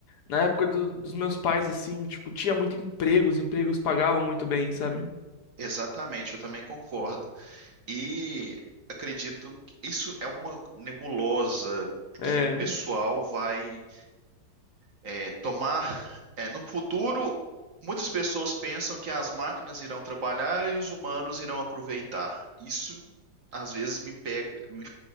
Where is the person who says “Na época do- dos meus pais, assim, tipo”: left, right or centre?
Left